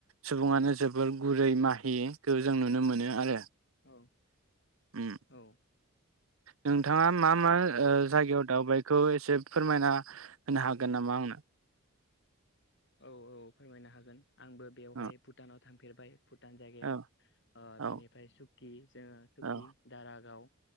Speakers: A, on the right; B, on the left.
A: सुबुङानो जोबोर गुरै माहिखौ जों नुनो मोनो आरो
B: औ
A: उम
B: औ ओ
A: नोंथाङा मा मा जागायाव ओह दावबायखो खौ एसे फोरमायना होनो हागोन नामा आंनो
B: औ औ फोरमायनो हागोन आंबो बेवहाय
A: औ
B: भुटानाव थांफेरबाय भुटान जायगायाव
A: औ
B: ओह
A: औ
B: बेनिफ्राय सुकि जोङ सुकि
A: औ
B: दारागाव